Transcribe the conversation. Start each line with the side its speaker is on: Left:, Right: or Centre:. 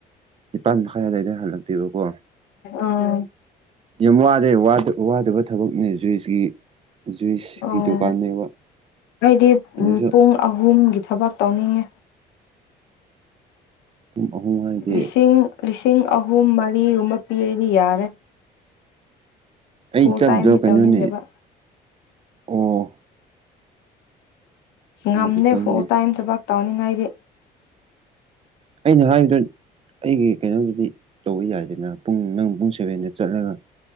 Right: ꯅꯤꯄꯥꯟ ꯃꯈꯥꯏ ꯑꯋꯥꯏꯗ ꯍꯜꯂꯛꯇꯣꯏꯕꯀꯣ
Left: ꯑꯥ
Right: ꯌꯥꯝ ꯋꯥꯗꯦ ꯋꯥꯗ ꯋꯥꯗꯕ ꯊꯕꯛꯅꯦ ꯖꯨꯏꯁꯀꯤ ꯖꯨꯏꯁꯀꯤ
Left: ꯑꯣ
Right: ꯗꯨꯀꯥꯟꯅꯦꯕ
Left: ꯑꯩꯗꯤ
Right: ꯑꯗꯨꯁꯨ
Left: ꯄꯨꯡ ꯑꯍꯨꯝꯒꯤ ꯊꯕꯛ ꯇꯧꯅꯤꯡꯉꯤ
Right: ꯄꯨꯡ ꯑꯍꯨꯝ ꯍꯥꯏꯗꯤ
Left: ꯂꯤꯁꯤꯡ ꯂꯤꯁꯤꯡ ꯑꯍꯨꯝ ꯃꯔꯤꯒꯨꯝꯕ ꯄꯤꯔꯗꯤ ꯌꯥꯔꯦ
Right: ꯑꯩ
Left: ꯐꯨꯜ
Right: ꯆꯠꯇ꯭ꯔꯣ
Left: ꯇꯥꯏꯝꯗꯤ
Right: ꯀꯩꯅꯣꯅꯦ
Left: ꯇꯧꯅꯤꯡꯗꯕ
Right: ꯑꯣ ꯑꯗꯨꯗꯤ
Left: ꯉꯝꯗꯦ
Right: ꯈꯪꯗꯦ
Left: ꯐꯜ ꯇꯥꯏꯝ ꯊꯕꯛ ꯇꯧꯅꯤꯡꯉꯥꯏꯗꯤ
Right: ꯑꯩꯅ ꯍꯥꯏꯗ ꯑꯩꯒꯤ ꯀꯩꯅꯣꯗꯨꯗꯤ ꯇꯧꯕ ꯌꯥꯏꯗꯅ ꯄꯨꯡ ꯅꯪ ꯄꯨꯡ ꯁꯦꯚꯦꯟꯗ ꯆꯠꯂꯒ